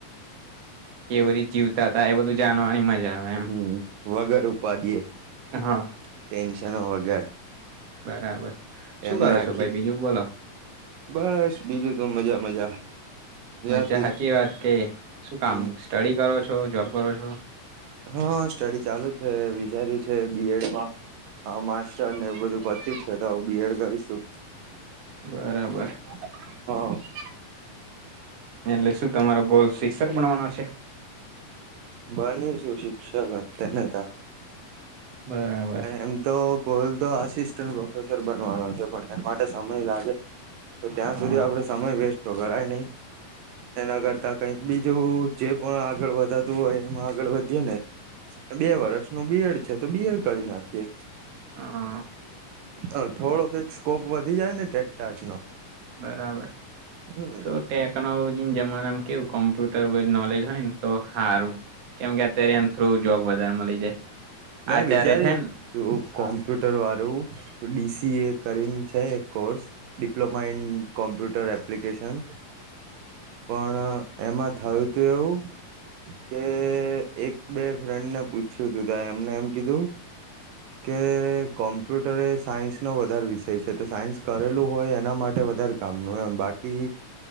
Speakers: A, on the right (about 50°); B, on the right (about 75°).
A: કેવવી રીતે <unintelligible> હતતા એ બધું જાણવાની મજા આવે
B: હમ
A: એમ.
B: વગર ઉપાધિ એ
A: હા.
B: ટેન્શનો વગર.
A: બરાબર. શું
B: એમને
A: કરો
B: આખી
A: છો ભાઈ બીજું બોલો
B: બસ બીજું તો મજા મજા. ત્યાંથી
A: મજ સાચી વાત કે શું કામ
B: હમ
A: સ્ટડી કરો છો જોબ કરો છો.
B: હા સ્ટડી ચાલુ છે વિચાર્યું છે બી. એડમાં. હા માસ્ટર ને એવું બધું પતિ છે તો હ બીએડ કરીશું.
A: બરાબર.
B: હ.
A: એટલે શું તમારો ગોલ શિક્ષક બણવાનો છે.?
B: બની શું શિક્ષક જ તેનેતા.
A: બરાબર
B: એમ તો ગોલ તો આસિસ્ટન્ટ પ્રોફેસર બનવાનો છે પણ એના માટે સમય લાગે. તો ત્યાં
A: હા
B: સુધી આપડે સમય વેસ્ટ તો કરાય નહીં. એના કરતા કઈક બીજું જે પણ આગળ વધાતું હોય એમાં આગળ વધીએ ને. બે વર્ષનું બી. એડ છે તો બી. એડ કરી નાખીએ.
A: હા.
B: અ થોડોક જ સ્કોપ વધી જાય ને ટેક ટાટ નો.
A: બરાબર
B: હમ
A: તો ટેકનોલોજી જમાના મા કેવું કમ્પ્યુટર બ નોલેજ હોય ને. તો સારું કેમ કે અત્યારે એ થ્રુ જોબ વધારે મ લી જાય.
B: મેં
A: આચાર્ય
B: વિચાર્યું.
A: છે ને
B: તો
A: હા
B: કોમ્પ્યુટર વાળું ડી. સી. એ કરીને છે એક course. Diploma in computer application. પણ એમાં થયું તે એવું. કે એક બે ફ્રેન્ડ ને પૂછ્યું તું તા એમને એમ કીધું. કે કોમ્પ્યુટર એ સાયન્સ નો વધારે વિષય છે તો સાયન્સ કરેલું હોય એના માટે વધારે. કામનો એમ બાકી